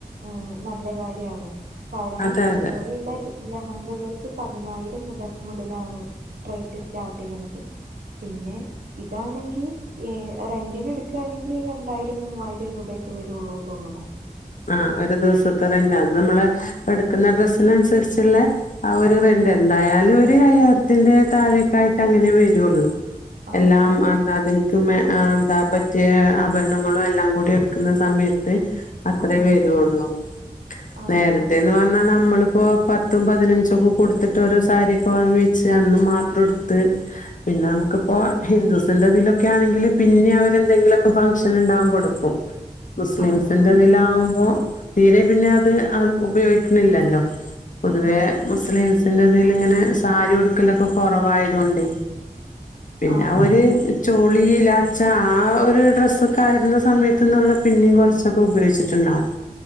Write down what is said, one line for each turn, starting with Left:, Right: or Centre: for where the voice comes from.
Right: ആഹ് നല്ല കാര്യാണ് കാരണം
Left: അതെ
Right: ഇതുപോലെയുള്ള
Left: അതെ
Right: ലഹങ്കകൾക്ക് പതിനായിരം മുതൽ മുതലാണ് റേറ്റ് സ്റ്റാർട്ട് ചെയ്യണത് പിന്നെ ഇതാണെങ്കി ഏ ഹ് റെന്റിന് എടുക്കുകാണെങ്കിൽ രണ്ടായിരം മൂവായിരം രൂപയൊക്കെ വരുള്ളൂ തോന്നണു
Left: ആഹ് ഒരു ദിവസത്തെ റെന്റ് അത് നമ്മള്
Right: ആഹ്
Left: എടുക്കുന്ന
Right: ആഹ്
Left: ഡ്രസ്സിന് അനുസരിച്ചള്ള ആ ഒരു
Right: അതെ
Left: റെന്റ്
Right: അതെ
Left: എന്തായാലും ഒരു അയ്യായിരത്തിന്റെ
Right: ആഹ്
Left: താഴേക്കായിട്ട് അങ്ങനെ വരുള്ളൂ
Right: ആഹ്
Left: എല്ലാം
Right: അതെ അതെ
Left: എന്താ അതിന് മ്മെ എന്താ പറ്റിയ ആഭരണങ്ങളും എല്ലാം കൂടി എടുക്കുന്ന സമയത്ത് അത്രേ
Right: ആഹ്
Left: വരുള്ളൂ
Right: ആഹ്
Left: നേരത്തേന്ന്
Right: ആഹ്
Left: പറഞ്ഞാ എന്നാ നമ്മളിപ്പോ പത്തും പതിനഞ്ചൊക്കെ കൊടുത്തിട്ട് ഒരു സാരിയൊക്കെ വാങ്ങി വെച്ച് അന്ന് മാത്രം ഉടുത്ത് പിന്നെ നമുക്കിപ്പോ ഹിന്ദുസിന്റെ ഇതിലൊക്കെ ആണെങ്കില് പിന്നെ അവരെന്തെങ്കിലുക്കെ ഫംഗ്ഷൻ ഉണ്ടാവുമ്പോ ഉടുക്കും <inaudible> മുസ്ലിംസിന്റെ
Right: ആഹ് ആഹ് ആഹ്
Left: അതിലാകുമ്പോ തീരെ പിന്നെ അത് ഉപയോഗിക്കണില്ലല്ലോ പൊതുവെ
Right: ഉം ഉം
Left: മുസ്ലിംസ് ന്റതിൽ ഇങ്ങനെ സാരി ഉടുക്കലൊക്കെ കൊറവായത് കൊണ്ട് പിന്നെ
Right: ആഹ്
Left: ഒര്
Right: ആഹ്
Left: ചോളി ലാച്ച ആ ഒരു ഡ്രസ്സൊക്കെ ആയിരുന്ന സമയത്ത്ന്ന് പറഞ്ഞാൽ പിന്നേം കുറച്ചൊ ഉപയോഗിച്ചിട്ടുണ്ടാവും